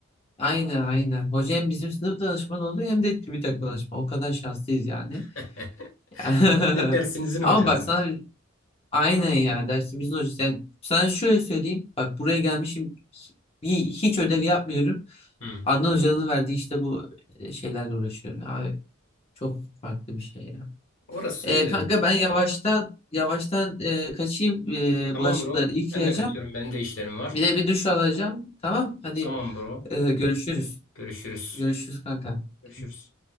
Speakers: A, on the left; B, on the left.
A: Aynen aynen. Hoca hem bizim sınıf danışmanı oluyor hem de TÜBİTAK danışmanı. O kadar şanslıyız yani.
B: <laughs>
A: <laughs>
B: Bir de dersinizin hocası.
A: Ama bak sana Aynen ya dersimizin hocası. Yani sana şöyle söyleyeyim. Bak buraya gelmişim. Bir, hiç ödev yapmıyorum.
B: Hı.
A: Adnan Hoca'nın verdiği işte bu e, şeylerle uğraşıyorum. Abi çok farklı bir şey ya.
B: Orası
A: E,
B: öyle.
A: kanka ben yavaştan yavaştan e, kaçayım. E,
B: Tamam
A: bulaşıkları
B: bro.
A: yıkayacağım.
B: Ben de kaçıyorum. Benim de işlerim var.
A: Bir de bir duş alacağım. Tamam. Hadi
B: Tamam bro.
A: e, görüşürüz.
B: Görüşürüz.
A: Görüşürüz kanka.
B: Görüşürüz.